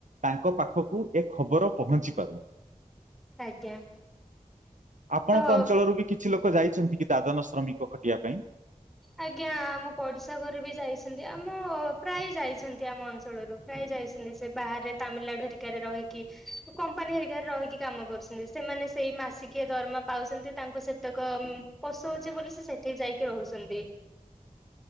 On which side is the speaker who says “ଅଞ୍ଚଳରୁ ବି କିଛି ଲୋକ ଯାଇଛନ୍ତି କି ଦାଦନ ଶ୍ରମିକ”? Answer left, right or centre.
Right